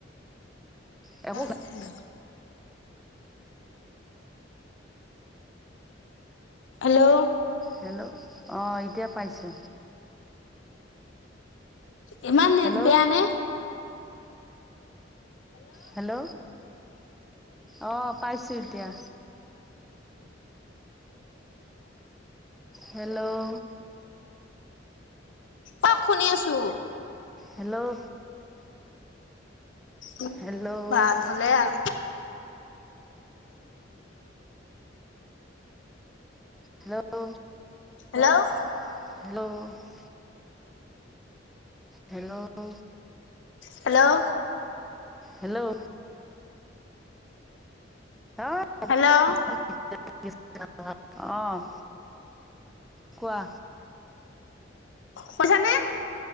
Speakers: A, in the centre; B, on the left.
A: একো
B: <unintelligible> হেল্ল'।
A: হেল্ল' অ এতিয়া পাইছো।
B: ইমান নেট
A: হেল্ল'
B: বেয়া নে?
A: হেল্ল' অ পাইছোঁ এতিয়া। হেল্ল'
B: অ শুনি আছো।
A: হেল্ল'
B: উম,
A: হেল্ল'
B: ভাল হ'লে আও
A: হেল্ল'
B: হেল্ল'
A: হেল্ল' হেল্ল' ল্ল
B: হেল্ল'
A: হেল্ল' <unintelligible>
B: হেল্ল'
A: <unintelligible> অ' কোৱা?
B: কৈছা নে?